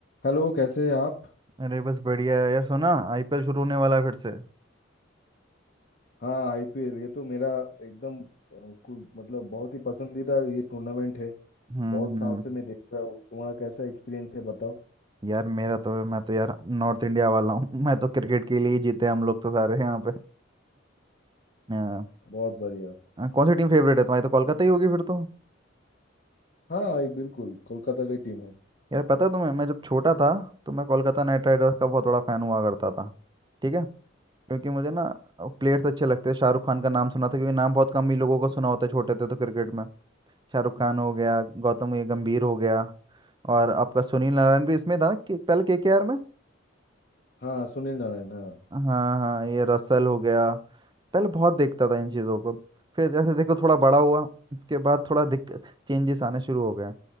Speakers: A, on the left (about 45°); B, on the right (about 25°).
A: Hello कैसे हैं आप
B: अरे बस बढ़िया है यार सुना आईपीएल शुरू होने वाला है फिर से
A: हाँ आईपीएल ये तो मेरा एकदम अ, कु- मतलब बहुत ही पसंदीदा ये टूर्नामेंट है
B: हम्म
A: बहुत साल
B: हम्म,
A: से मैं देख रहा हूँ तुम्हारा कैसा एक्सपीरियंस है बताओ
B: यार मेरा तो मैं तो यार नॉर्थ इंडिया वाला हूँ <laughs> मैं तो क्रिकेट के लिए ही जीते हम लोग तो सारे यहाँ पे हाँ,
A: बहुत बढ़िया
B: हाँ, कौन सी टीम फेवरेट है तुम्हारी तो कोलकाता ही होगी फिर तो
A: हाँ एक बिल्कुल कोलकाता की टीम है
B: यार पता है तुम्हें मैं जब छोटा था तो मैं कोलकाता नाइट राइडर्स का बहुत बड़ा फैन हुआ करता था ठीक है क्योंकि मुझे ना प्लेयर्स अच्छे लगते थे शाहरुख खान का नाम सुना था क्योंकि नाम बहुत कम ही लोगों को सुना होता है छोटे थे तो क्रिकेट में शाहरुख खान हो गया गौतम गंभीर हो गया और आपका सुनील नारायण भी इसमें था ना कि- पहले केकेआर में
A: हाँ सुनील नारायण हाँ
B: हाँ हाँ ये रसल हो गया पहले बहुत देखता था इन चीज़ों को फिर जैसे देखो थोड़ा बड़ा हुआ उसके बाद थोड़ा दिक चेंजेस आने शुरू हो गए